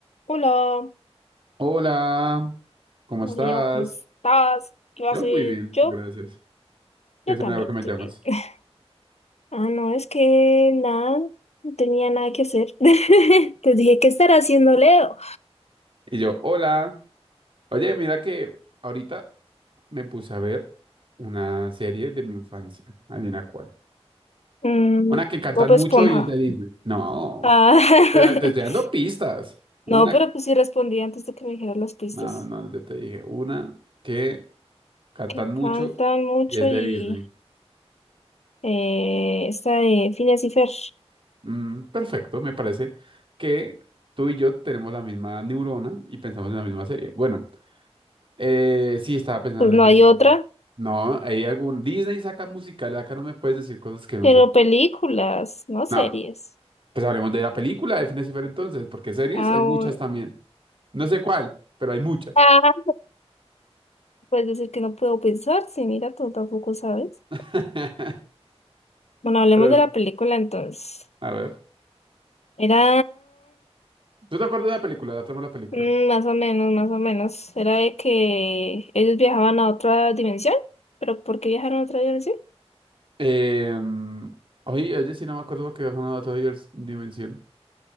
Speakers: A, on the left; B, on the right.
A: Hola,
B: Hola, ¿cómo
A: hola
B: estás?
A: Leo, ¿cómo estás? ¿Qué vas
B: Yo
A: a
B: muy
A: hacer?
B: bien,
A: Yo,
B: gracias. Qué
A: yo
B: es
A: también
B: el milagro que me
A: estoy
B: llamas.
A: bien. <laughs> Ah, no, es que nada, no tenía nada que hacer. <laughs> Te dije, ¿qué estará haciendo Leo?
B: Y yo, hola. Oye, mira que ahorita me puse a ver una serie de mi infancia. Adivina cuál.
A: Mm,
B: Una que cantan
A: Bob
B: mucho
A: Esponja.
B: y es de Disney. No,
A: Ah,
B: te, la- te estoy dando
A: <laughs>
B: pistas. Una,
A: no, pero pues sí respondí antes de que me dijeran las pistas.
B: no, no, yo te dije, una que cantan
A: Que cantan
B: mucho
A: mucho
B: y es
A: y
B: de Disney.
A: eh, esta de Phineas y Fer.
B: Mm, perfecto, me parece que tú y yo tenemos la misma neurona y pensamos en la misma serie. Bueno. Eh, sí, estaba pensando
A: Pues no
B: en Infinity
A: hay otra,
B: War. No, hay algún. Disney saca musical, acá no me puedes decir cosas que no
A: pero
B: son.
A: películas, no
B: No,
A: series.
B: pues hablemos de la película de Infinity War entonces, porque series
A: Ah,
B: hay muchas
A: bueno.
B: también. No sé cuál, pero hay muchas.
A: <laughs> Puedes decir que no puedo pensar, sí, mira, tú tampoco sabes.
B: <laughs>
A: Bueno, hablemos
B: Pero,
A: de la película entonces.
B: a ver.
A: Era
B: ¿Tú te acuerdas de la película, de la trama de la película?
A: mm, más o menos, más o menos. Era de que ellos viajaban a otra dimensión. ¿Pero por qué viajaron a otra dimensión?
B: Eh, oye, oye, sí, no me acuerdo porque bajaron a otra divers- dimensión.